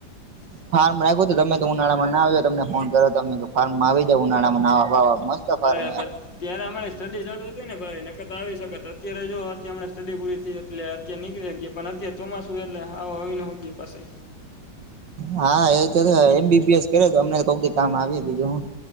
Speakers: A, on the left; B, on the right.
A: હું.
B: ફાર્મ રાખ્યું હતું, તમે તો ઉનાળા માં ના આવ્યો તમને ફોન કરો તમે કે ફાર્મમાં આવી જાવ ઉનાળામાં નાહવા બાવા મસ્ત ફાર્મ
A: અરે પછી
B: હે
A: ત્યારે અમારી સ્ટડી ચાલુ હતી, ને ભાઈ નકર તો આવી શકત અત્યારે જો અત્યારે હણાં સ્ટડી પૂરી થઈ એટલે અત્યારે નીકળી ગયા. પણ અત્યારે ચોમાસું એટલે આવો આવી નો હો ગ્યે પાસે.
B: હા એ તો એમ બીબીએસ કરો તો અમને તો કામ આવી બીજું હું.